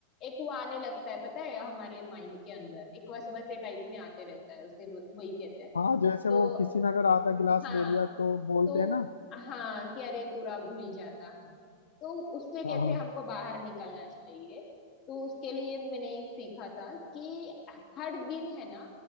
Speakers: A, on the left; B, on the left.
A: एक वो आने लगता है पता है हमारे माइंड के अंदर एक वैसे वैसे टाइप में आते रहता है उसे वो- वही कहते हैं
B: हाँ जैसे
A: तो
B: वो किसी ने अगर आधा गिलास
A: हाँ
B: दे दिया तो बोलते
A: तो
B: हैं ना
A: हाँ कि अरे पूरा मिल जाता हम तो उससे कैसे
B: हाँ हाँ
A: हमको बाहर निकलना चाहिए तो उसके लिए मैंने एक सीखा था कि हर दिन है ना